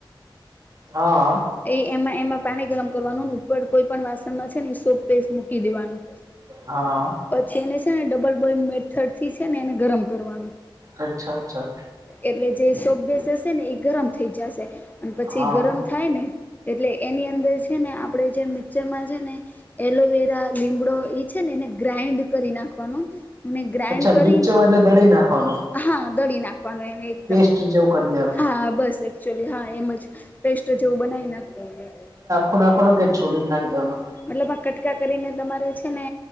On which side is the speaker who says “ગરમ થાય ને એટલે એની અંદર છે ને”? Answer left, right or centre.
Left